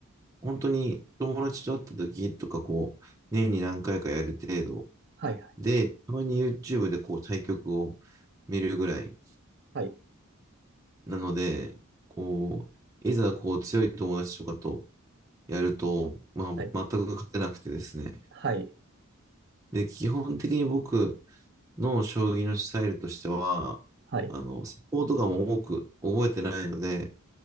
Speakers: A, on the right (about 15°); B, on the right (about 50°).
A: 本当に友達と会った時とか、こう、年に何回かやる程度
B: はい、
A: で、たまに YouTube でこう対局を見るぐらい
B: はい、
A: なので、こう、いざこう強い友達とかとやると、まあ、
B: はい、
A: 全く勝てなくてですね。
B: はい、
A: で、基本的に僕の将棋のスタイルとしては、
B: はい、
A: あの、サポートがも多く覚えてないので、